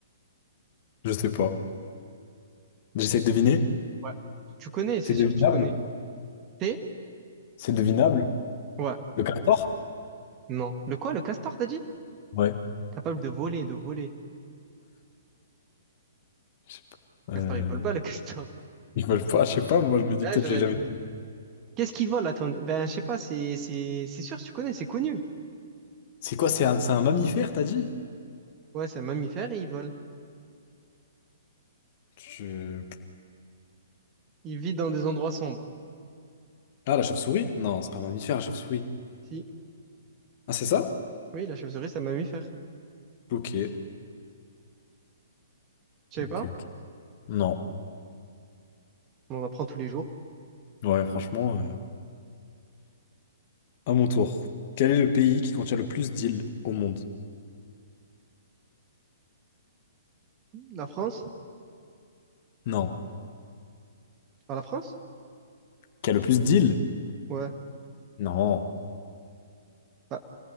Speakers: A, on the left; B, on the right.
A: je sais pas. J'essaie de deviner.
B: Ouais. Tu connais, c'est
A: C'est
B: sûr,
A: devinable?
B: tu connais. T'es?
A: C'est devinable?
B: Ouais.
A: Le castor?
B: Non. Le quoi, le castor, t'as dit?
A: Ouais.
B: Capable de voler, de voler.
A: Je sais pas.
B: Castor,
A: Euh,
B: il vole pas, le castor.
A: je sais pas, je sais pas, moi
B: <laughs>
A: je me dis
B: Là,
A: peut-être
B: j'ai
A: que
B: la
A: je l'ai jamais.
B: limite.
A: vu.
B: Qu'est-ce qu'il vole, attends? Ben, je sais pas, c'est, c'est, c'est sûr, tu connais, c'est connu.
A: C'est quoi? C'est un, c'est un mammifère, t'as dit?
B: Ouais, c'est un mammifère et il vole.
A: Je-
B: Il vit dans des endroits sombres.
A: Ah, la chauve-souris? Non, c'est pas un mammifère, la chauve-souris.
B: Si.
A: Ah, c'est ça?
B: Oui, la chauve-souris, c'est un mammifère.
A: Ok.
B: Je savais
A: Ok,
B: pas.
A: ok. Non.
B: On en apprend tous les jours.
A: Ouais, franchement, euh, à mon tour. Quel est le pays qui contient le plus d'îles au monde?
B: La France?
A: Non.
B: Par la France?
A: Qui a le plus d'îles?
B: Ouais.
A: Non.
B: Ah,